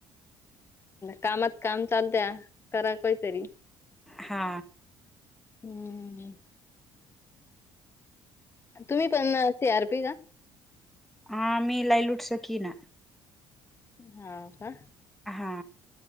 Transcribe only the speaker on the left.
कामात काम चालत्या करा काहीतरी
हम्म तुम्ही पण सी आर पी आहे का?
हा का